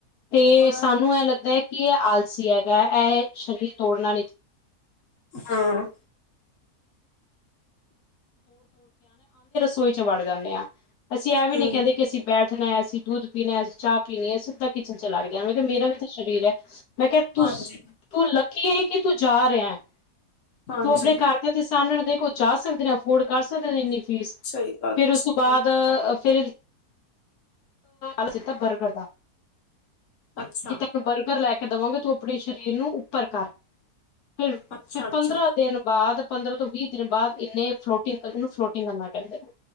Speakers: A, on the left; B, on the left.
A: ਤੇ
B: ਹਾਂ
A: ਸਾਨੂੰ ਐ ਲੱਗਦਾ ਏ। ਕਿ ਐ ਆਲਸੀ ਏ ਗਾ ਐ ਸਰੀਰ ਤੋੜਨਾ ਨੀ,
B: ਹਾਂ।
A: ਰੋਈ ਚ ਵੜ ਜਾਂਦੇ ਆਂ। ਅਸੀਂ ਐਹ ਵੀ
B: ਹਮ
A: ਨੀ ਕਹਿੰਦੇ ਕਿ ਅਸੀਂ ਬੈਠ ਣਾ ਐ, ਅਸੀਂ ਦੁੱਧ ਪੀਣਾ ਐ, ਅਸੀਂ ਚਾਹ ਪੀਣੀ ਐ, ਸਿੱਧਾ ਕਿਚਨ ਚ ਲੱਗ ਜਾਂਣਾ। ਵੇਖੋ ਮੇਰਾ ਵੀ ਤੇ ਸ਼ਰੀਰ ਐ। ਮੈਂ ਕਿਹਾ ਤੂਸ
B: ਹਾਂਜੀ
A: ਤੂੰ ਲ ਕੀ ਕਿ ਤੂੰ ਜਾ ਰਿਹਾ ਐ।
B: ਹਾਂਜੀ
A: ਤੂੰ ਆਪਣੇ ਘਰਦਿਆਂ ਦੇ ਸਾਮਣੇ ਤੇ ਕੋ ਚਾਹ ਸਕਦੇ ਨੇ ਆਪ ਹੋੜ ਕਰ ਸਕਦੇ ਨੇ ਇੰਨੀ ਫੀਸ।
B: ਸਹੀ ਗੱਲ
A: ਫੇਰ ਉਸ
B: ਸਹੀ
A: ਤੋਂ ਬਾਅਦ,
B: ਗੱਲ
A: ਫਿਰ ਏਦੀ ਅ ਸਿੱਧਾ ਬਰਗਰ ਦਾ।
B: ਅੱਛਾ
A: ਕਿ ਤੈਨੂੰ ਬਰਗਰ ਲੈ ਕੇ ਕੇ ਦਵਾਂਗੇ, ਤੂੰ ਆਪਣੇ ਸ਼ਰੀਰ ਨੂੰ ਉੱਪਰ ਕਰ। ਫਿਰ
B: ਅੱਛਾ
A: ਫਿਰ
B: ਅੱਛਾ
A: ਪੰਦਰਾਂ ਦਿਨ ਬਾਅਦ ਪੰਦਰਾਂ ਤੋਂ ਵੀਹ ਦਿਨ ਬਾਅਦ ਇੰਨੇ ਫਲੋਟਿੰਗ ਕਰ, ਓਹਨੂੰ ਫਲੋਟਿੰਗ ਕਰਨਾ ਕਹਿੰਦੇ ਨੇ।